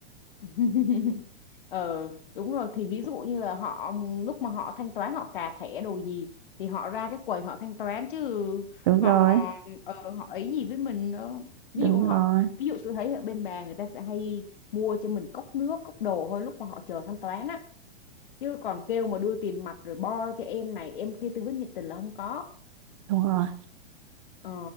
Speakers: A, on the left (about 55°); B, on the right (about 30°).
A: <laughs> ờ đúng rồi thì ví dụ như là họ lúc mà họ thanh toán họ cà thẻ đồ gì thì họ ra cái quầy họ thanh toán chứ
B: đúng
A: họ
B: rồi
A: ờ, họ ấy gì với mình đó ví
B: đúng
A: dụ họ
B: rồi
A: ví dụ tôi thấy ở bên bà người ta sẽ hay mua cho mình cốc nước cốc đồ thôi lúc mà họ chờ thanh toán á chứ còn kêu mà đưa tiền mặt rồi bo cho em này em kia tư vấn nhiệt tình là không có
B: đúng rồi
A: Ờ,